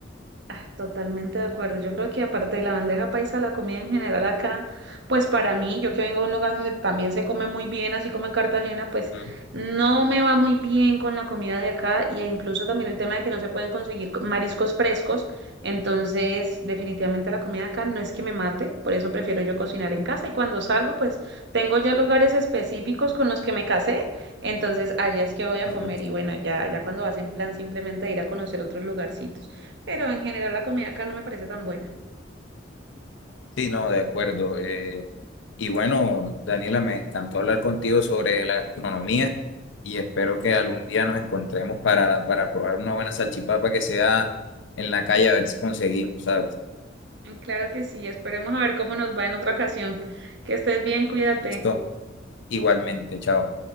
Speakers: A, on the right; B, on the left.
A: Ah, Totalmente de acuerdo. Yo creo que aparte de la bandeja paisa, la comida en general acá, pues para mí, yo que vengo de un lugar donde también se come muy bien, así como en Cartagena, pues
B: Mm,
A: no me va muy bien con la comida de acá y- e incluso también el tema de que no se pueden conseguir co- mariscos frescos. Entonces, definitivamente la comida acá no es que me mate, por eso prefiero yo cocinar en casa y cuando salgo, pues tengo ya lugares específicos con los que me casé, entonces allá es que voy a
B: ujú.
A: comer y bueno, ya, ya cuando vas en plan simplemente de ir a conocer otros lugarcitos pero en general la comida acá no me parece tan buena.
B: Sí, no, de acuerdo. eh, y bueno, Daniela, me encantó hablar contigo sobre la gastronomía y espero que algún día nos encontremos para, para probar una buena salchipapa que sea en la calle, a ver si conseguimos, ¿sabes?
A: Claro que sí, esperemos a ver cómo nos va en otra ocasión. Que estés bien, cuídate.
B: Listo, igualmente, chao.